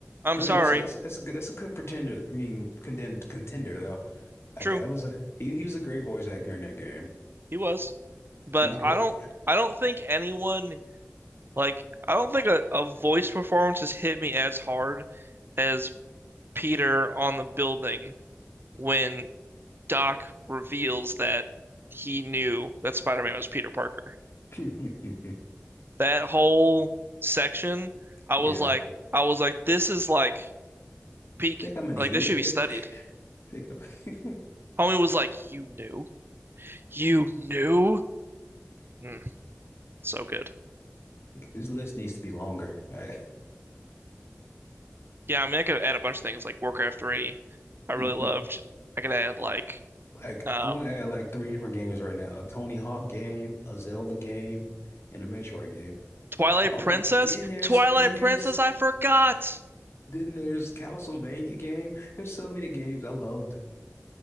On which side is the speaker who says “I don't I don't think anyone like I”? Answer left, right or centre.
Right